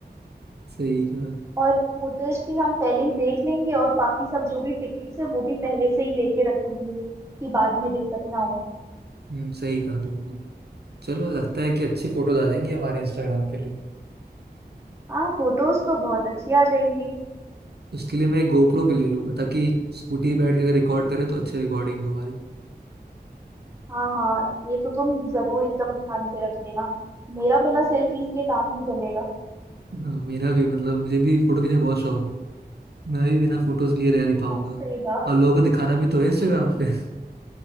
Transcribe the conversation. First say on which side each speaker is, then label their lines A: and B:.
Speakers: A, on the right; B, on the right.
A: सही कहा
B: और होटल्स भी हम पहले ही देख लेंगे और बाकी सब जो भी टिकट्स है वो भी पहले से ही लेके रखेंगे कि बाद में दिक्कत ना हो
A: हम्म, सही कहा तुमने चलो लगता है कि अच्छी फोटोज आ
B: हम्म,
A: जाएंगी हमारे इंस्टाग्राम के लिए
B: हाँ फोटोज तो बहुत अच्छी आ जाएंगी
A: उसके लिए मैं एक गोप्रो भी ले लूंगा ताकि स्कूटी पे बैठ के अगर रिकॉर्ड करे तो अच्छी रिकॉर्डिंग हो हमारी
B: हाँ हाँ ये तो तुम जरूर एकदम ध्यान से रख लेना मेरा बिना सेल्फीज के काम नहीं चलेगा
A: हाँ, मेरा भी मतलब मुझे भी फोटो खींचने का बहुत शौक है मैं भी बिना फोटोज लिए रह नहीं
B: हाँ
A: पाऊंगा
B: सही कहा
A: और लोगों को दिखाना भी तो है इंस्टाग्राम पे <laughs>